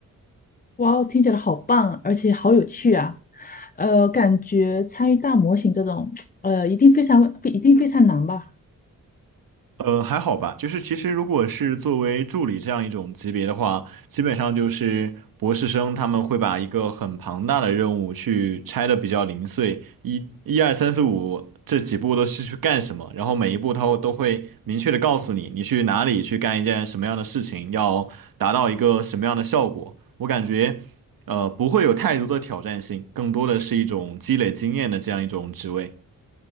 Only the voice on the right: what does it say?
呃，还好吧，就是其实如果是作为助理这样一种级别的话，基本上就是博士生他们会把一个很庞大的任务去拆的比较零碎，一、一二三四五这几步都是去干什么，然后每一步他都会明确的告诉你，你去哪里去干一件什么样的事情，要达到一个什么样的效果。我感觉，呃，不会有太多的挑战性，更多的是一种积累经验的这样一种职位。